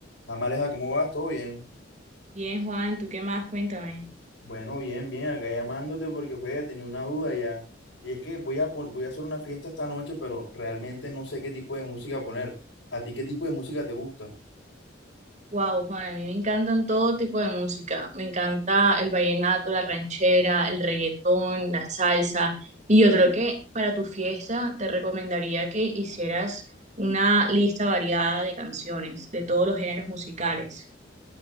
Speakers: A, on the left (about 80°); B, on the right (about 40°).
A: Amaleja, ¿cómo vas? ¿Todo bien?
B: Bien, Juan, ¿tú qué más? Cuéntame.
A: Bueno, bien, bien, acá llamándote porque, juega, tenía una duda ya. Y es que voy a, pon- voy a hacer una fiesta esta noche, pero realmente no sé qué tipo de música poner. ¿A ti qué tipo de música te gusta?
B: Wow, Juan, a mí me encantan todo tipo de música. Me encanta el vallenato, la ranchera, el reggaetón, la salsa. Y yo creo que para tu fiesta te recomendaría que hicieras una lista variada de canciones de todos los géneros musicales.